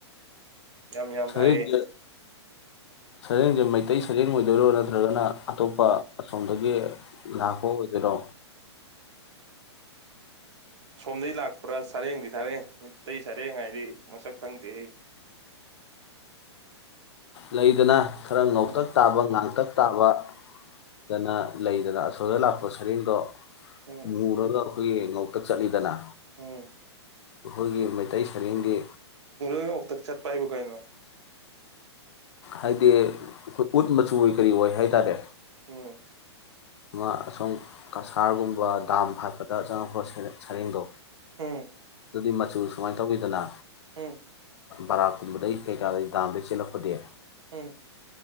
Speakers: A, on the right (about 80°); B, on the left (about 75°).
A: ꯌꯥꯝ ꯌꯥꯝ
B: ꯁꯔꯦꯡꯁꯦ
A: ꯐꯥꯏꯌꯦ
B: ꯁꯔꯦꯡꯁꯦ ꯃꯩꯇꯩ ꯁꯔꯦꯡ ꯑꯣꯏꯗꯣꯏꯔꯣ ꯅꯠꯇ꯭ꯔꯒꯅ ꯑꯇꯣꯞꯄ ꯑꯁꯣꯝꯗꯒꯤ ꯂꯥꯛꯄ ꯑꯣꯏꯗꯣꯏꯔꯣ
A: ꯁꯣꯝꯗꯒꯤ ꯂꯥꯛꯄ꯭ꯔꯥ ꯁꯔꯦꯡꯗꯤ ꯁꯥꯔꯦꯡ ꯃꯤꯇꯩ ꯁꯔꯦꯡ ꯍꯥꯏꯗꯤ ꯃꯁꯛ ꯈꯪꯗꯦ ꯍꯩ
B: ꯂꯩꯗꯅ ꯈꯔ ꯉꯧꯛꯇꯛ
A: ꯎꯝ
B: ꯇꯥꯕ ꯉꯥꯡꯇꯛ ꯇꯥꯕ ꯗꯅ ꯂꯩꯗꯅ ꯑꯁꯣꯝꯗꯩ ꯂꯥꯛꯄ ꯁꯔꯦꯡꯗꯣ
A: ꯎꯝ
B: ꯃꯨꯔꯒ <unintelligible> ꯑꯈꯣꯏꯒꯤ ꯉꯧꯇꯛ ꯆꯠꯂꯤꯗꯅ
A: ꯎꯝ
B: ꯑꯈꯣꯏꯒꯤ ꯃꯩꯇꯩ ꯁꯔꯦꯡꯗꯤ
A: ꯈꯔ ꯋꯥꯎꯇꯛ ꯆꯠꯄ ꯍꯥꯏꯕꯨ ꯀꯩꯏꯅꯣ
B: ꯍꯥꯏꯗꯤ ꯎꯠ ꯃꯆꯨ ꯑꯣꯏ ꯀꯔꯤ ꯑꯣꯏ ꯍꯥꯏꯇꯥꯔꯦ
A: ꯎꯝ
B: ꯑꯃꯥ ꯑꯁꯣꯝ ꯀꯁꯥꯔꯒꯨꯝꯕ ꯗꯥꯝ ꯍꯥꯠꯄꯗ ꯆꯪꯉꯛꯄ꯭ ꯁꯔꯦꯡꯗꯣ
A: ꯎꯝ
B: ꯑꯗꯨꯗꯤ ꯃꯆꯨ ꯁꯨꯃꯥꯏ ꯇꯧꯋꯤꯗꯅ
A: ꯎꯝ
B: ꯕꯔꯥꯀꯨꯝꯕꯗꯩꯩ ꯀꯩꯀꯥꯗ ꯗꯥꯝꯗꯒꯤ ꯆꯦꯜꯂꯛꯄꯗꯤ
A: ꯎꯝ